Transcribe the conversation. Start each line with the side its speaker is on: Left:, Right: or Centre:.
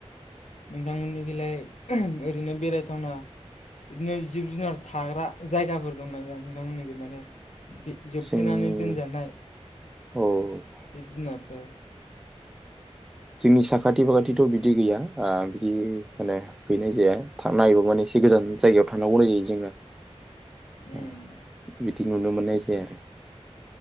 Left: नोंथांमोननिखैलाय ओरैनो बेरायथावना बिदिनो जिब जुनार थाग्रा जायगाफोर दंना गैया नोंथांमोननिखै माने बे जोबथेनानै
Centre: जोंनि
Left: दोनजानाय
Centre: औ जोंनि
Left: जिब जुनार। <unintelligible>
Centre: जोंनि साखाथि फाखाथिथ' बिदि गैया आ बिदि माने गैनाय जाया था नायगो मानि एसे गोजान जायगायाव थानांगौ जायो जोङो। आ
Left: उम
Centre: बिदि नुनो मोननाय जाया आरो